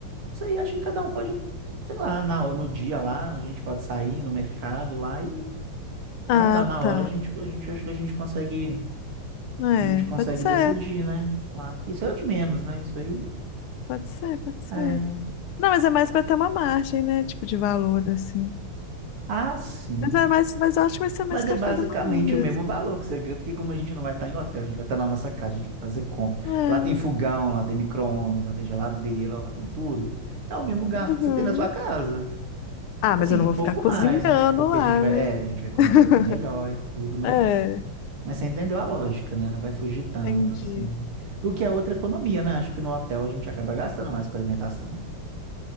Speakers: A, on the right; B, on the left.
A: isso aí acho que cada um pode, sei lá, na, no dia lá, a gente pode sair no mercado lá e,
B: Ah,
A: né, lá na
B: tá.
A: hora a gente, a gente acho que a gente consegue,
B: É,
A: a gente consegue
B: pode ser,
A: decidir, né? Lá, isso é o de menos, né? Isso aí
B: pode ser, pode ser.
A: é.
B: Não, mas é mais pra ter uma margem, né, tipo de valor, assim.
A: Ah, sim.
B: Mas é mais, mas eu acho que vai ser mais
A: Mas
B: café
A: é basicamente
B: da manhã mesmo.
A: o mesmo valor que você ganha, porque como a gente não vai estar em hotel, a gente vai estar na nossa casa, a gente vai fazer compra.
B: É,
A: Lá tem
B: né?
A: fogão, lá tem micro-ondas, lá tem geladeira, lá tem tudo. É o mesmo gasto
B: Uhum.
A: que você tem na sua casa.
B: Ah,
A: Assim,
B: mas eu não
A: um
B: vou
A: pouco
B: ficar cozinhando
A: mais, né? Porque
B: lá,
A: a gente vai,
B: né?
A: é, a gente vai comer
B: <laughs>
A: um pouquinho melhor e tudo, mas,
B: É,
A: mas você entendeu a lógica, né? Não vai fugir
B: entendi.
A: tanto, assim. O que é outra economia, né? Acho que no hotel a gente acaba gastando mais com alimentação.